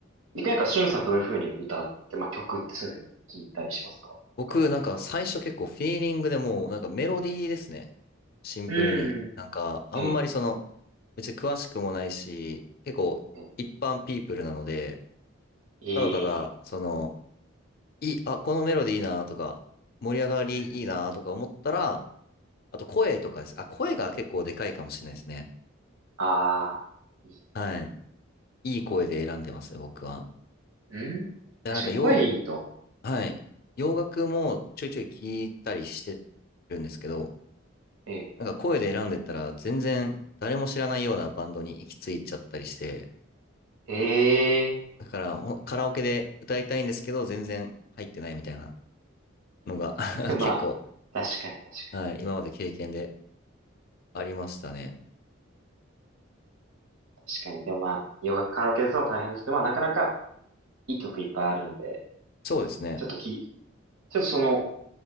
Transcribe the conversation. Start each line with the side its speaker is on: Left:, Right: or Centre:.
Right: でなんか、しゅんさんどういうふうに歌って、まあ、曲ってそういうふうに聞いたりしますか深掘りとか。
Left: 僕、なんか最初結構フィーリングでもう、なんかメロディーですね。シンプルに。
Right: うん。
Left: なんか、あんまりその、
Right: ええ。
Left: 別に詳しくもないし、結構一般ピープルなので、
Right: ええ。いい。
Left: ただただ、その、いい、あ、このメロディーいいなとか、盛り上がりいいなとか思ったら、
Right: うん。
Left: あと声とかです。あ、声が結構でかいかもしれないですね。
Right: ああ、いい。
Left: はい。いい声で選んでますね、僕は。
Right: うん。
Left: いや、
Right: 確かに声いいと。
Left: なんかよ、はい。
Right: うん。
Left: 洋楽もちょいちょい聞いたりしてるんですけど、
Right: ええ。
Left: なんか声で選んでったら全然誰も知らないようなバンドに行き着いちゃったりして、
Right: え
Left: だからほカラオケで歌いたいんですけど全然入ってないみたいなのが <laughs>
Right: え。<laughs> まあ、
Left: 結構、
Right: 確かに確かに。
Left: はい、今まで経験でありましたね。
Right: 確かに。でもまあ、よガカラオケですの大変ですけど、まあ、なかなかいい曲いっぱいあるんで、
Left: そうですね。
Right: ちょっとき、ちょっとその、